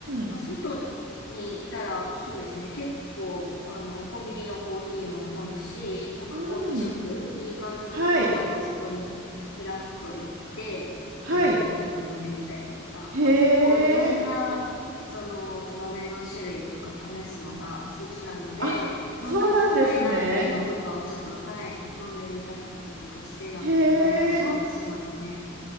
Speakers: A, on the right; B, on the left.
A: ん。
B: まあ外にいたら、そうですね。結構、あの、コンビニのコーヒーも飲むし、なんかコーヒーショップ、
A: うん。
B: いい感じのところがあったらそこにふらっと行って、
A: はい。はい。
B: もう、あの、飲んでみたりとか、
A: へ
B: まあ結構いろんなその豆の種類とか試すのが好きなので、
A: え。あ、そうなんですね。
B: 飲んだことないなっていうのとかをちょっと、はい、飲んでみたかったりとかしてな、
A: へ
B: 飲んだりもしますね。
A: え。